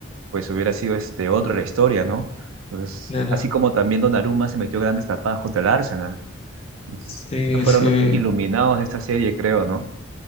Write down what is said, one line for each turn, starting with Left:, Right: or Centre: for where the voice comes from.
Right: pues hubiera sido este otro la historia, ¿no? Entonces,
Left: Claro.
Right: así como también Donnarumma se metió grandes tapadas contra el Arsenal. Entonces,
Left: Sí,
Right: Esos fueron
Left: sí.
Right: los iluminados de esta serie, creo, ¿no?